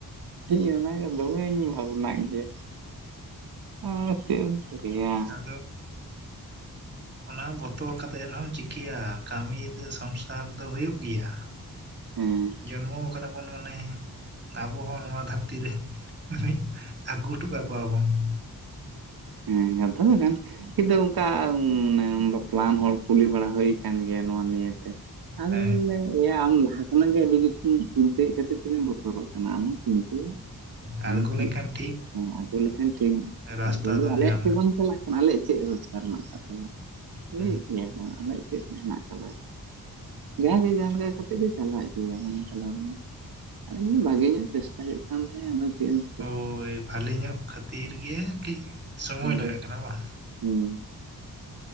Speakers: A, on the right (about 85°); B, on the right (about 30°).
A: ᱤᱧ ᱚᱱᱟᱜᱮ ᱫᱚᱢᱮᱧ ᱾ ᱟᱵᱚᱱᱟᱜ ᱜᱮ ᱟᱨ ᱪᱮᱫ ᱮᱢ ᱾ ᱫᱮᱭᱟ ᱾
B: ᱟᱫᱚᱵ ᱾ ᱚᱱᱟ ᱵᱚᱛᱚᱨ ᱠᱟᱛᱮ ᱨᱮᱦᱚᱢ ᱪᱤᱠᱟᱹᱭᱟ ᱠᱟᱹᱢᱤ ᱫᱚ ᱥᱚᱝᱥᱟᱨ ᱫᱚ ᱦᱩᱭᱩᱜ ᱜᱮᱭᱟ ᱾
A: ᱦᱮᱸ
B: ᱡᱚᱱᱢᱚ ᱠᱟᱱᱟ ᱵᱚᱱ ᱢᱟᱱᱮ ᱟᱵᱚ ᱦᱚᱸ ᱱᱚᱣᱟ ᱫᱷᱟᱹᱨᱛᱤ ᱨᱮ ᱾ ᱢᱤᱫ ᱟᱹᱜᱩ ᱦᱚᱴᱚ ᱠᱚᱣᱟ ᱵᱚᱱ ᱾
A: ᱦᱮᱸ ᱠᱟᱛᱷᱟ ᱫᱚ ᱠᱟᱱ ᱦᱤᱛ ᱫᱚ ᱚᱱᱠᱟ ᱢᱟᱱᱮ ᱵᱟᱯᱞᱟ ᱟᱱ ᱦᱚᱲ ᱠᱩᱞᱤ ᱵᱟᱲᱟ ᱦᱩᱭ ᱟᱠᱟᱱ ᱜᱮᱭᱟ ᱱᱚᱣᱟ ᱱᱤᱭᱟᱹᱛᱮ ᱾ ᱟᱫᱚ
B: ᱦᱮᱸ
A: ᱵᱚᱞᱮ ᱾ ᱮᱭᱟ ᱟᱢ ᱞᱟᱦᱟ ᱠᱷᱚᱱᱟᱜ ᱜᱮ ᱟᱹᱰᱤ ᱠᱤᱪᱷᱩᱢ ᱪᱤᱱᱛᱟᱹᱭᱮᱫ ᱠᱷᱟᱹᱤᱨ ᱛᱮᱜᱮᱢ ᱵᱚᱛᱚᱨᱚᱜ ᱠᱟᱱᱟ ᱟᱞᱚᱢ ᱪᱤᱱᱛᱟᱹᱭᱟ ᱾ ᱦᱚᱭ
B: ᱟᱬᱜᱚ
A: ᱪᱮᱫ
B: ᱞᱮᱱᱠᱷᱟᱱ ᱴᱷᱤᱠ
A: ᱦᱚᱸ ᱟᱰᱳ ᱞᱮᱠᱷᱟᱱ ᱠᱷᱮᱞ
B: ᱨᱟᱥᱛᱟ
A: ᱯᱟᱹᱭᱞᱟᱹ
B: ᱫᱚᱢ
A: ᱟᱞᱮᱭᱟᱜ
B: ᱧᱟᱢᱟ
A: ᱠᱤ ᱵᱟᱝ ᱪᱟᱞᱟᱜ ᱠᱟᱱᱟ ᱟᱞᱮᱭᱟᱜ ᱪᱮᱫ ᱨᱳᱡᱽᱜᱟᱨ ᱢᱮᱱᱟᱜ ᱟᱠᱟᱫ ᱛᱟᱞᱮᱭᱟ
B: ᱦᱮᱸ
A: ᱞᱟᱹᱭᱮᱫ ᱜᱮᱭᱟ ᱠᱚ ᱾ ᱪᱮᱫ ᱢᱮᱱᱟᱜ ᱠᱟᱫᱟ ᱡᱟᱦᱟᱜᱮ ᱡᱟᱦᱟ ᱞᱮᱠᱟ ᱠᱟᱛᱮᱫ ᱜᱮ ᱪᱟᱞᱟᱜ ᱜᱮᱭᱟ ᱵᱟᱝ ᱪᱟᱞᱟᱣ ᱞᱮᱱ ᱾ ᱢᱮᱱᱫᱟᱹᱧ ᱵᱷᱟᱜᱮ ᱧᱚᱜ ᱪᱮᱥᱴᱟ ᱦᱩᱭᱩᱜ ᱠᱟᱱ ᱛᱟᱦᱮᱜ ᱟᱫᱚ ᱪᱮᱫ ᱮᱢ ᱾
B: ᱳᱭ ᱵᱷᱟᱹᱞᱤ ᱧᱚᱜ ᱠᱷᱟᱹᱛᱤᱨ ᱜᱮ ᱠᱟᱹᱡ ᱥᱚᱢᱚᱭ
A: ᱦᱩᱸ
B: ᱞᱟᱜᱟᱜ ᱠᱟᱱᱟ ᱵᱟ᱾
A: ᱦᱩᱸ ᱾